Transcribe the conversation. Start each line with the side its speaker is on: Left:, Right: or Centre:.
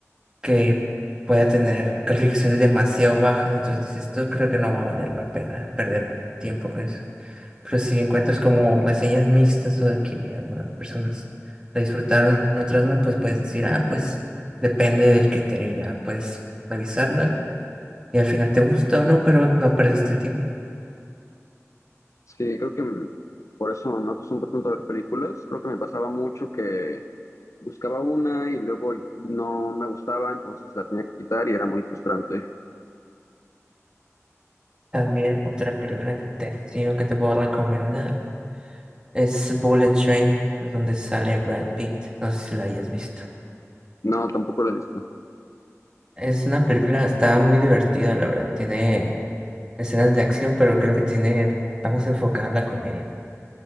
Right: que pueda tener calificaciones demasiado bajas, entonces dices, esto creo que no va a valer la pena perder tiempo con eso. Pero si encuentras como reseñas mixtas o de que algunas personas la disfrutaron, otras no, pues puedes decir, ah, pues depende del criterio, ya puedes revisarla y al final te gusta o no, pero no perdiste el tiempo.
Left: Sí, creo que m- por eso me acostumbro tanto a ver películas. Creo que me pasaba mucho que buscaba una y luego no me gustaba, entonces la tenía que quitar y era muy frustrante.
Right: También otra película de acción que te puedo recomendar es Bullet Train, donde sale Brad Pitt. No sé si la hayas visto.
Left: No, tampoco la he visto.
Right: Es una película, está muy divertida, la verdad. Tiene escenas de acción, pero creo que tiene, está más enfocada en la comedia.